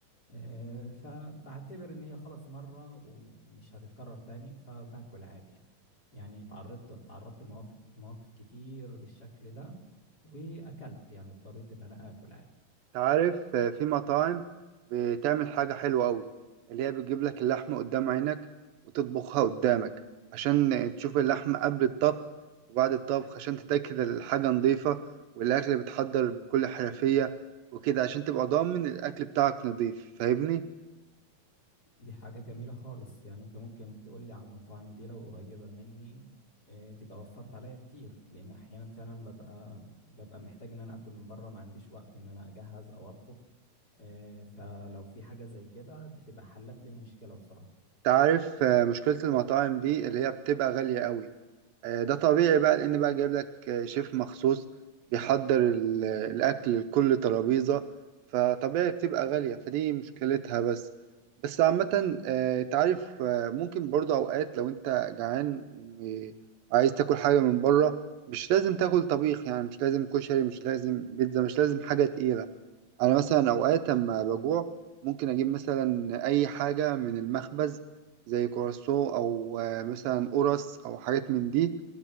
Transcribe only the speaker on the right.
انت عارف آه، في مطاعم بتعمل حاجه حلوه قوي اللي هي بتجيب لك اللحمه قدام عينك وتطبخها قدامك عشان تشوف اللحمه قبل الطبخ وبعد الطبخ عشان تتاكد الحاجه نظيفه والاكل بيتحضر بكل حرفيه وكده عشان تبقى ضامن الاكل بتاعك نظيف فاهمني
تعرف آه، مشكلة المطاعم دي اللي هي بتبقى غالية قوي آه، ده طبيعي بقى لأن بقى جايب لك آه، شيف مخصوص بيحضر ال- الأكل لكل ترابيزة فطبيعي بتبقى غالية فدي مشكلتها بس بس عامة آه، تعرف آه، ممكن برضه أوقات لو أنت جعان وعايز تاكل حاجة من بره مش لازم تاكل طبيخ يعني مش لازم كشري مش لازم بيتزا مش لازم حاجة تقيلة انا مثلا اوقات اما بجوع ممكن اجيب مثلا اي حاجه من المخبز زي كرواسون او آه، مثلا قرص او حاجات من دي